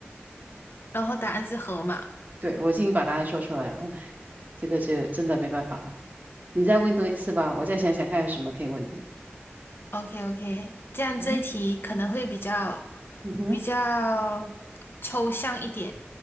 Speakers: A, on the left; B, on the right.
A: <laughs> 然后答案是河马。
B: 对，我已经把答案说出来了，唉，这个就真的没办法了。你再问多一次吧，我再想想看有什么可以问你的
A: OK OK，这样这一题可能会比较
B: 嗯哼，嗯哼，
A: 比较抽象一点。